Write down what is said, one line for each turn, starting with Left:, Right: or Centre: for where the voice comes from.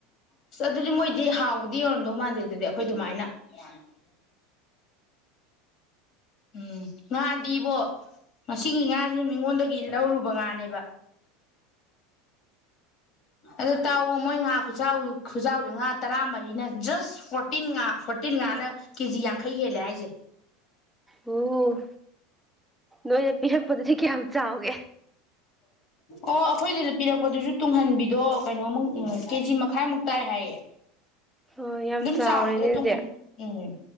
Left: ꯑꯁ ꯑꯗꯨꯗꯤ ꯃꯣꯏꯗꯤ ꯍꯥꯎꯕꯗꯤ ꯌꯧꯔꯝꯗꯧ ꯃꯥꯟꯗꯦ ꯑꯗꯨꯗꯤ ꯑꯈꯣꯏ ꯑꯗꯨꯃꯥꯏꯅ <unintelligible> ꯎꯝ ꯉꯥꯗꯤꯕꯣ ꯉꯁꯤꯒꯤ ꯉꯥꯥꯖꯤꯅ ꯃꯤꯉꯣꯟꯗꯒꯤ ꯂꯧꯔꯨꯕ ꯉꯥꯅꯦꯕ ꯑꯗꯨ ꯇꯥꯎꯋꯣ ꯃꯣꯏ ꯉꯥ ꯈꯨꯆꯥꯎ ꯈꯨꯆꯥꯎꯖꯦ ꯉꯥ ꯇꯔꯥꯃꯔꯤꯅ ꯖꯁ ꯐꯣꯔꯇꯤꯟ ꯉꯥ ꯐꯣꯔꯇꯤꯟ ꯉꯥꯅ ꯀꯦꯖꯤ ꯌꯥꯡꯈꯩ ꯍꯦꯜꯂꯦ ꯍꯥꯏꯖꯦ
Centre: ꯑꯣ ꯅꯣꯏꯅ ꯄꯤꯔꯛꯄꯗꯗꯤ ꯀꯌꯥꯝ ꯆꯥꯎꯒꯦ
Left: ꯑꯣ ꯑꯩꯈꯣꯏꯗꯨꯗ ꯄꯤꯔꯛꯄꯗꯨꯁꯨ ꯇꯨꯡꯍꯟꯕꯤꯗꯣ ꯀꯩꯅꯣꯃꯨꯛ ꯀꯦꯖꯤ ꯃꯈꯥꯏꯃꯨꯛ ꯇꯥꯏ ꯍꯥꯏꯌꯦ
Centre: ꯑꯣ ꯌꯥꯝ
Left: ꯗꯨꯝ
Centre: ꯆꯥꯎꯔꯦꯅꯦ
Left: ꯆꯥꯎꯔꯗ꯭ꯔ
Centre: ꯑꯗꯨꯗꯤ
Left: ꯇꯨꯡꯍꯟ ꯎꯝ